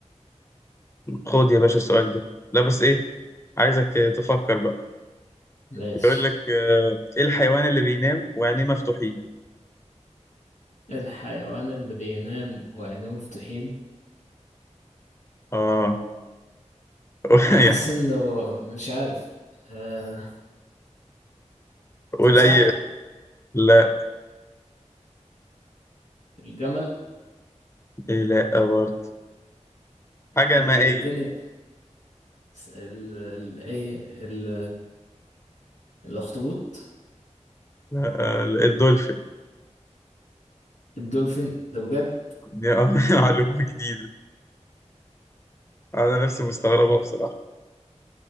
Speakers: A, on the left; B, on the left.
A: خد يا باشا السؤال ده لا بس ايه عايزك ت- تفكر بقى
B: ماشي
A: يقول لك آه، ايه الحيوان اللي بينام وعينيه مفتوحين
B: الحيوان اللي بينام وعينيه مفتوحين
A: اه <laughs>
B: انا حاسس
A: يعني
B: انه مش عارف آه...
A: قليل
B: تمساح
A: لا
B: الجمل
A: إيه لا برضه حاجة
B: طب
A: مائية
B: اديني س- ال... ال... ايه ال... الاخطبوط
A: لا، آه، الدولفين
B: الدولفين ده بجد
A: دي آه، <laughs> معلومة جديدة أنا نفسي مستغربها بصراحة